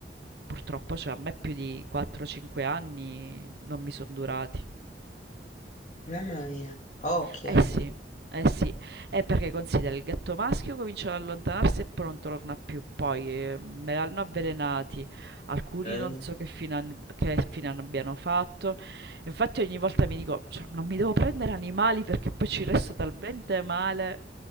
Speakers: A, on the right; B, on the left.
A: purtroppo cioè, a me più di 4-5 anni non mi sono durati.
B: mamma mia, occhia.
A: Eh sì, eh sì, è perché considera il gatto maschio comincia ad allontanarsi e poi non torna più, poi eh, me l'hanno avvelenati, alcuni
B: Eh.
A: non so che fine, han- che fine hanno- abbiano fatto, infatti ogni volta mi dico, cioè, non mi devo prendere animali perché poi ci resto talmente male